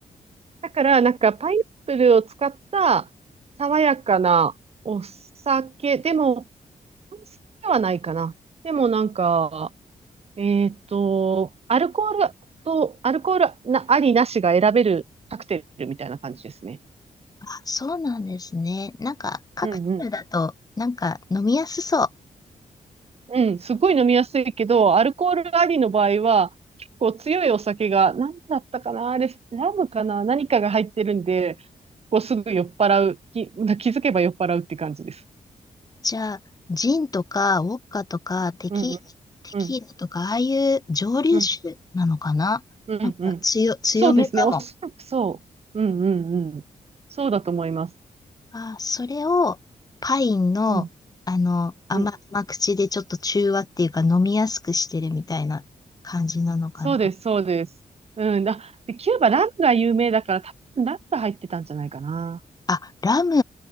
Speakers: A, on the right (about 45°); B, on the left (about 25°).
A: だから、なんか、パイナップルを使った爽やかなお酒、でも、お酒ではないかな。でもなんか、えっと、アルコールと、アルコールな、ありなしが選べるカクテルみたいな感じですね。
B: あ、そうなんですね。なんか、カクテルだと、
A: うんうん。
B: なんか飲みやすそう。
A: うん、すごい飲みやすいけど、アルコールありの場合は、結構強いお酒が、何だったかな、あれ、ラムかな、何かが入ってるんで、こうすぐ酔っ払う、き、気づけば酔っ払うって感じです。
B: じゃあ、ジンとか、ウォッカとか、テキ、
A: うんうん
B: テキーラとか、
A: うん
B: ああいう蒸留酒なのかななんか強、
A: うんうんうん。
B: 強めかも。
A: そうですね、おそらくそう。うんうんうん。そうだと思います。
B: あ、それを、パインの、
A: うん
B: あの、甘、
A: うん。
B: 甘口でちょっと中和っていうか、飲みやすくしてるみたいな感じなのかな。
A: そうです、そうです。うん。あ、で、キューバ、ラムが有名だから、多分ラムが入ってたんじゃないかな。
B: あ、ラム。